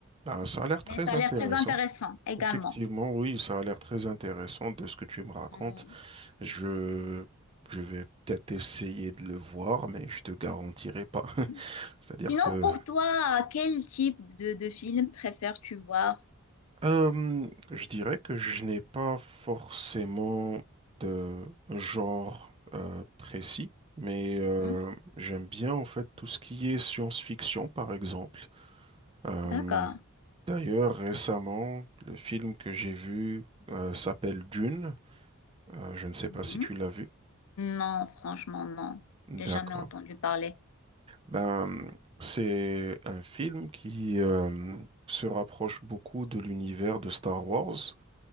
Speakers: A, on the right; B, on the left.
A: Ah, ça a l'air très
B: Mais ça a
A: intéressant.
B: l'air très intéressant également.
A: Effectivement, oui, ça a l'air très intéressant de ce que tu me racontes.
B: Mm.
A: Je, je vais peut-être essayer de le voir, mais je te garantirai pas. <laughs>
B: Mhm.
A: C'est-à-dire
B: Sinon,
A: que
B: pour toi, quel type de, de film préfères-tu voir?
A: Euh, je dirais que je n'ai pas forcément de genre euh, précis, mais euh,
B: Mhm.
A: j'aime bien en fait tout ce qui est science-fiction, par exemple. Euh,
B: D'accord.
A: d'ailleurs, récemment, le film que j'ai vu euh, s'appelle Dune. Euh, je ne sais
B: Mhm.
A: pas si tu l'as vu.
B: Non, franchement, non.
A: D'accord.
B: J'ai jamais entendu parler.
A: Ben, c'est un film qui euh, se rapproche beaucoup de l'univers de Star Wars.